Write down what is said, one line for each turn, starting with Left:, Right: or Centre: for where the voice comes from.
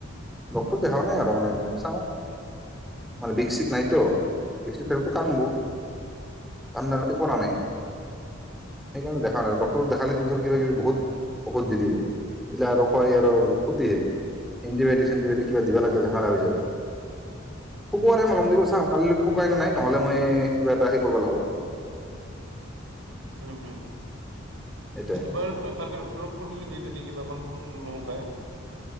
Centre: ডক্তৰক দেখাও নাই আৰু মানে চাওঁ মানে বিষ সিক নাইতো সেই টো কাম বৌ আন্দা ৰাতিপুৱা নানে সেইকাৰণে দে আৰু ডক্টৰক দেখালে কিবা টিভি বহুত ঔষধ দি দিব, এইবিলাক আৰু ক্ষতিহে এনতিবাইতিক চেনটিবাইটিক বহুত দি দিব শুকুবাৰে নহ'লেও চাও কালিলৈকে ওপাইটো নাই নহলে মই কিবা এটা হে কৰিবা লাগব
Right: উম হম
Centre: এইটোৱে।
Right: এবাৰ তই ভালকে ডক্টৰক সুধিলবি যদি কিবা উম নহ কাই